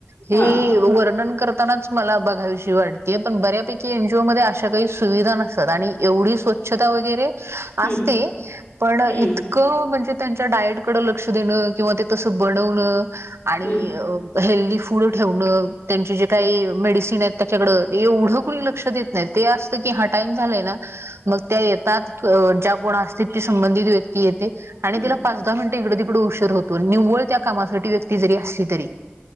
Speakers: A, on the right; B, on the left.
A: हे
B: हा
A: एक यो - वर्णन करतानाच मला बघाविशी वाटतीये. पण बऱ्यापैकी एन जी ओ मधे अशा काही - सुविधा नसतात. आणि एवढी स्वच्छता वगैरे
B: हम्म
A: असते पण इत-
B: हम्म
A: -क म्हणजे त्यांच्या डायट कडे लक्ष देणं किंवा ते तसं बनवण आणि-
B: हम्म
A: हेल्दी फूड ठेवणं. त्यांचे जे काही मेडिसिन आहेत त्याच्याकड, एवढं कुणी लक्ष देत- नाही. ते असतं की हा टाइम झालाय ना? मग त्या येतात. ज्या कोण असतात संबंधित व्यक्ती येते
B: हम्म
A: आणि त्याला- पाच दहा मिनिटं इकडं तिकडे उशीर होतो. निव्वळ त्या कामासाठी व्यक्ती जरी असली तरी.